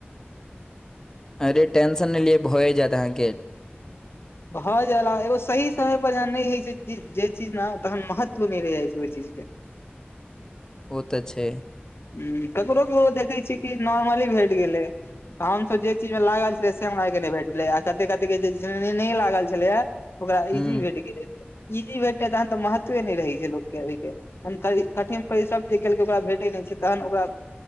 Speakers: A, on the left; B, on the left.
A: अरे टेंशन नै लिय भऽए जेएत आहाँके।
B: भऽ जाला एगो सही समय पर जहन नै होय छैय जे जे चीज ने तहन महत्व नै रैह जाय छैय ओय चीज के।
A: ओतऽ छैय।
B: हूँ ककरो ककरो देखै छियै कि नॉर्मली भेट गेलै। आ हम सोचै छी जे लागल छेलै से हमरा और के नै भेटलै आ कते कते के जे नहियो लागल छेलै या ओकरा
A: हूं
B: इजी भेट गेलै इजी भेटतैय तहन तऽ महत्वे नै रहै छैय लोक के अइ के। हम तऽ ई कठिन परिश्रम जे केलकै ओकरा भेटैय नै छैय। तहन ओकरा